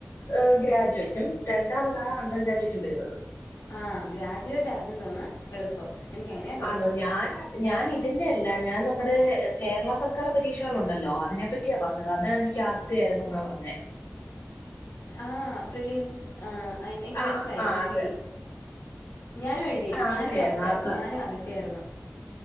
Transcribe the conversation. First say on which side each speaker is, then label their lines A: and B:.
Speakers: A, on the left; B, on the left.
A: ഹ് ഗ്രാജുവേറ്റും രണ്ടാമതാ അണ്ടർ ഗ്രാജുവേറ്റും വരുന്നത്.
B: ആ ഗ്രാജുവേറ്റ് ആയിരുന്നു തോന്ന്ണ് എളുപ്പം എനിക്കങ്ങനെ
A: ആന്നോ ഞാൻ ഞാൻ ഇതിന്റെ അല്ല ഞാൻ നമ്മടെ കേരള സർക്കാർ പരീക്ഷകളുണ്ടല്ലോ അതിനെ പറ്റിയാ പറഞ്ഞത് അത് എനിക്ക് യായിരുന്നെന്നാ പറഞ്ഞേ
B: ആഹ് പ്രിലിംസ് ആ എനിക്ക്
A: ആ
B: മനസ്സിലായി
A: ആ
B: ഡിഗ്രി
A: അത്
B: ഞാനും എഴുതി
A: ആദ്യത്തെ
B: ഞാനും ഫസ്റ്റാ
A: ആയിരുന്നു ആദ്യത്തെ
B: ഞാനും അദ്യത്തെ ആയിരുന്നു